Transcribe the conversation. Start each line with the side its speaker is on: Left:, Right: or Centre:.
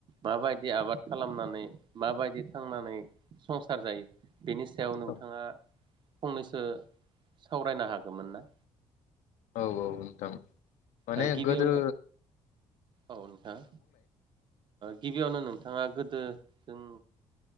Right: माबायदि आबाद खालामनानै माबायदि थांनानै संसार जायो बेनि सायाव नोंथाङा
Left: औ
Right: फंनैसो सावरायनो हागोमोन ना
Left: औ औ नोंथां माने
Right: ओ गिबियावनो
Left: गोदो
Right: औ नोंथां गिबियावनो नोंथाङा गोदो जों